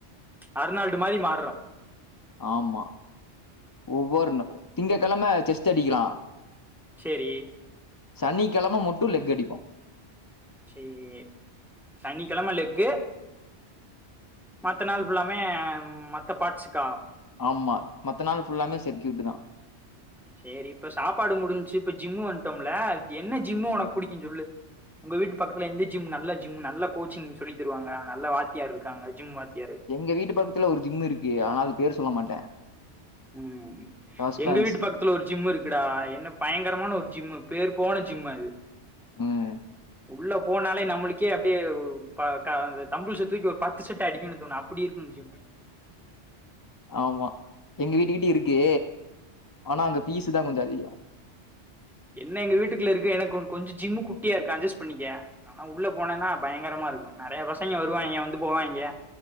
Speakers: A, in the centre; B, on the left.
A: அர்நால்டு மாதிரி மாறுறோ
B: ஆமா ஒவ்வொரு நா திங்கக்கிழமை செஸ் அடிக்கலா
A: செரி
B: சனிக்கிழமை மட்டு லெக் அடிப்போ
A: செரி சனிக்கிழம லெக்கு மத்த நாள் ஃபுல்லாமே மத்த பார்ட்ஸுக்கா
B: ஆமா மத்த நாள் ஃபுல்லாமே செட் கிளிக் தா
A: செரி இப்ப சாப்பாடு முடிஞ்ச்சு இப்ப ஜிம் வந்துட்டோம்ல என்ன ஜிம்மு உனக்கு புடிக்கும்ன்னு சொல்லு உங்க வீட்டு பக்கத்துல எந்த ஜிம் நல்ல ஜிம் நல்ல கோச்சிங் சொல்லி தருவாங்க நல்ல வாத்தியார் இருக்காங்க ஜிம் வாத்தியாரு
B: எங்க வீட்டு பக்கத்துல ஒரு ஜிம்மு இருக்கு ஆனா அது பேர் சொல்ல மாட்டே
A: ம்
B: சஸ்பென்ஸ்
A: எங்க வீட்டு பக் கத்துல ஒரு ஜிம்மு இருக்குடா என்ன பயங்கரமான ஒரு ஜிம்மு பேர் போன ஜிம்மு அது
B: ம்
A: உள்ள போனாலே நம்மளுக்கே அப்டியே ஒரு த த தம்பள்ச தூக்கி ஒரு பத்து செட் அடிக்கணு தோணு அப்டி இருக்கு ஜிம்மு
B: ஆமா எங்க வீட்டுக்கிட்ட இருக்கு ஆனா அங்க ஃபீஸ தா கொஞ்சோ அதிகோ
A: என்ன எங்க வீட்டுக்குல இருக்கு எனக்கு கொஞ்சோ ஜிம்மு குட்டியா இருக்கும் அட்ஜஸ்ட் பண்ணிக்க ஆனா உள்ள போனேன்னா பயங்கரமா இருக்கு நெறையா பசங்க வருவாங்க வந்து போவாங்கே